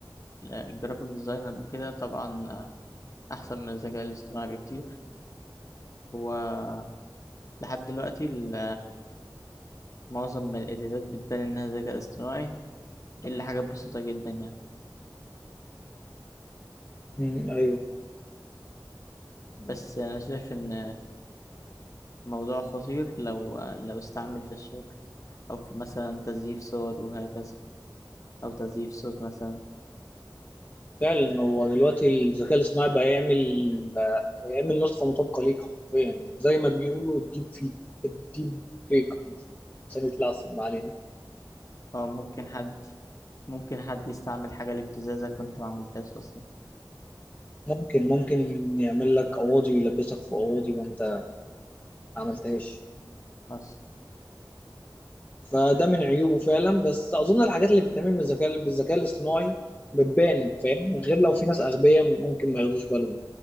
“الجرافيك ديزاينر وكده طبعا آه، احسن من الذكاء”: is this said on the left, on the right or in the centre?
Left